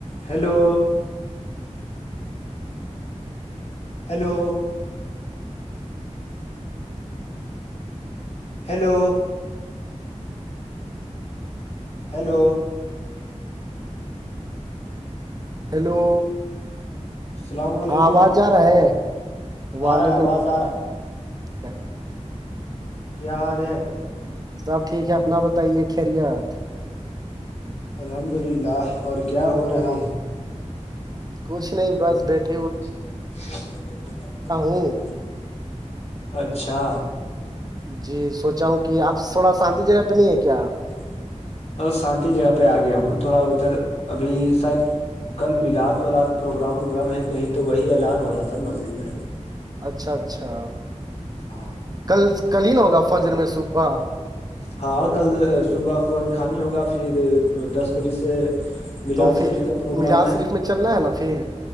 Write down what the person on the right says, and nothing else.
hello
ہاں آواز ج رہا ہے وعلیکم
السلام،
سب ٹھیک ہے اپنا بتائیے خیریت
کچھ نہیں بس بیٹے
ہوں
جی سوچا ہوں کہ آپ تھوڑا شانتی جگہ پہ نہیں ہے کیا
اچھا اچھا
کل کل ہی نہ ہوگا فجر میں صبح
تو پھر
مجاز شریف میں چلنا ہے نا پھر